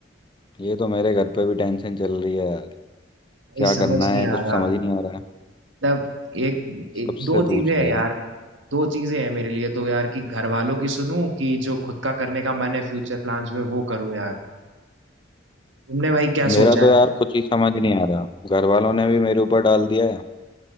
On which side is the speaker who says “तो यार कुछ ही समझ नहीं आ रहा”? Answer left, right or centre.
Left